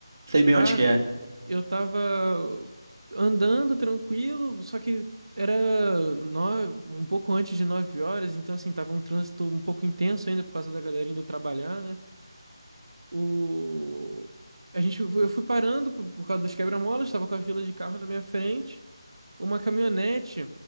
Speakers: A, on the right; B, on the right.
A: sei bem
B: Cara,
A: onde que é.
B: eu tava andando tranquilo, só que era nove, um pouco antes de 9 horas, então assim, tava um trânsito um pouco intenso ainda por causa da galera indo trabalhar, né? O... A gente, eu fui parando por, por causa dos quebra-molas, estava com a fila de carro na minha frente. Uma caminhonete